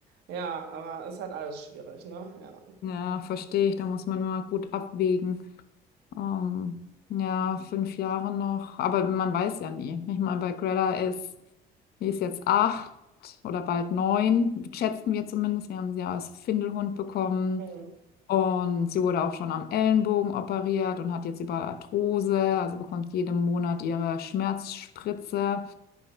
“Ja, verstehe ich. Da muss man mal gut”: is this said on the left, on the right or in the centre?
Left